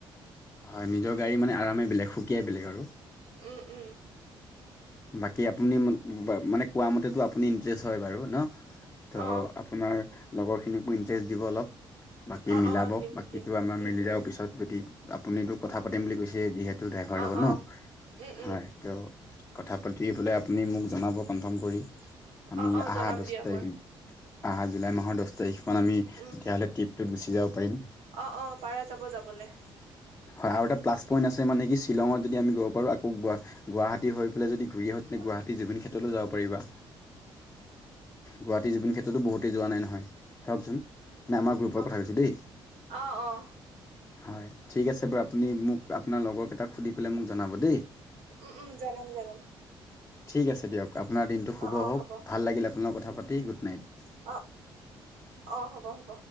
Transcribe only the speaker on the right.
উম, উম।
অ
অ
অ দিম
দিম
উম
উম
অ
অ উম উম
অ অ
জনাম
দিয়া
মই
উম
অ' অ' পাৰা যাব-যাবলে।
অ
অ
অ' অ'
উম, উম জনাম, জনাম।
অ অ
হ'ব
অ অ', হ'ব, হ'ব।